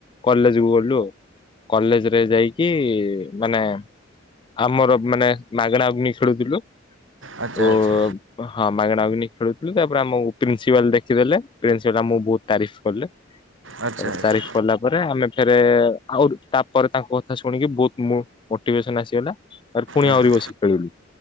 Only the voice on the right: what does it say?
ଆଚ୍ଛା
ଆଚ୍ଛା
ଆଚ୍ଛା
ଆଚ୍ଛା।
ଆଜ୍ଞା।